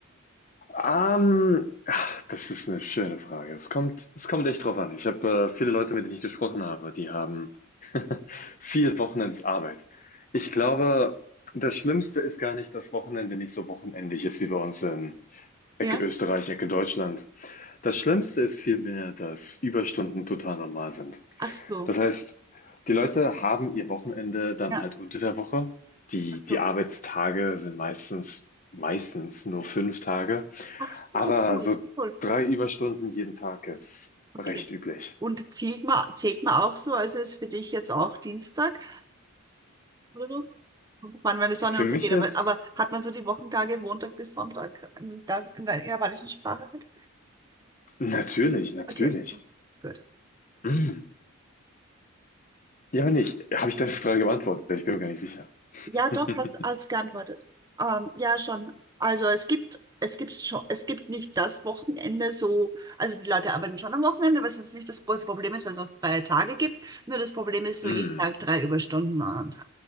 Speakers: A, on the left; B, on the right.
A: Ähm, ach, das ist eine schöne Frage. Es kommt es kommt echt drauf an. Ich habe, äh, viele Leute, mit denen ich gesprochen habe, die haben <laughs> viel Wochenendsarbeit. Ich glaube, das Schlimmste ist gar nicht, dass Wochenende nicht so wochenendlich ist wie bei uns in Ecke
B: Ja?
A: Österreich, Ecke Deutschland. Das Schlimmste ist vielmehr, dass Überstunden total normal sind.
B: Ach so.
A: Das heißt, die Leute haben ihr Wochenende dann
B: Ja.
A: halt unter der Woche. Die
B: Ach so.
A: die Arbeitstage sind meistens meistens nur 5 Tage.
B: Ach so,
A: Aber
B: cool,
A: so
B: cool.
A: drei Überstunden jeden Tag ist
B: Okay.
A: recht üblich.
B: Und zählt man, zählt man auch so, also ist für dich jetzt auch Dienstag oder so? Wann, wenn die Sonne
A: Für
B: untergeht,
A: mich ist
B: aber, aber hat man so die Wochentage Montag bis Sonntag in der, in der japanischen Sprache? halt?
A: natürlich, natürlich.
B: Okay, okay. Gut.
A: Mm. Ja, nicht. Habe ich deine Frage beantwortet? Ich bin mir gar nicht sicher. <laughs>
B: Ja, doch, hast, hast geantwortet. Ähm, ja, schon. Also es gibt, es gibt schon, es gibt nicht das Wochenende so, also die Leute arbeiten schon am Wochenende, was jetzt nicht das große Problem ist, weil es auch freie Tage gibt. Nur das Problem ist so
A: Mm,
B: jeden Tag drei Überstunden. Und